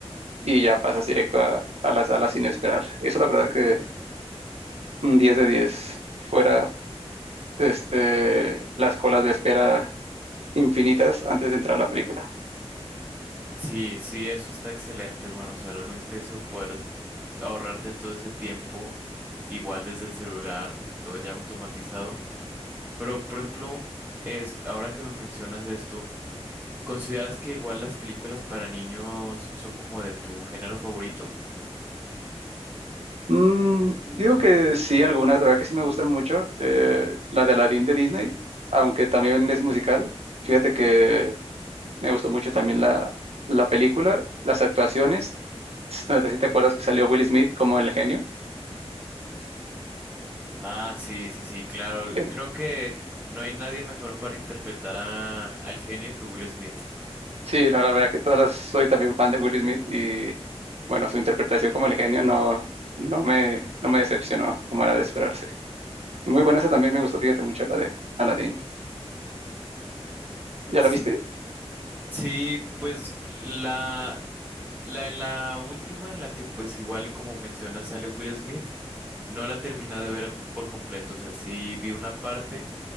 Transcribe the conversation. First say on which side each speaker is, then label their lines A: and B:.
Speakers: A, on the right (about 75°); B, on the right (about 15°).
A: y ya pasas directo a, a la sala sin esperar. Eso la verdad que un 10 de 10 fuera, este, las colas de espera infinitas antes de entrar a la película.
B: Sí, sí, eso está excelente, hermano. O sea, realmente eso poder ahorrarte todo ese tiempo, igual desde el celular, todo ya automatizado. Pero, por ejemplo, es, ahora que me mencionas esto, ¿Consideras que igual las películas para niños son como de tu género favorito?
A: Mm, digo que sí, algunas, la verdad que sí me gustan mucho. eh, la de Aladdin de Disney, aunque también es musical. Fíjate que me gustó mucho también la, la película, las actuaciones. No sé si te acuerdas que salió Will Smith como el genio.
B: Ah, sí, sí, sí, claro.
A: Eh,
B: Creo que no hay nadie mejor para interpretar a, al genio que Will Smith.
A: Sí, no, la verdad que todas las, soy también fan de Will Smith y bueno, su interpretación como el genio no, no me, no me decepcionó como era de esperarse. Y muy buena esa también me gustó, fíjate mucho la de Aladdin. ¿Ya
B: Sí.
A: la viste?
B: Sí, pues la, la en la última en la que pues igual como mencionas sale Will Smith, no la terminé de ver por completo, o sea, sí vi una parte.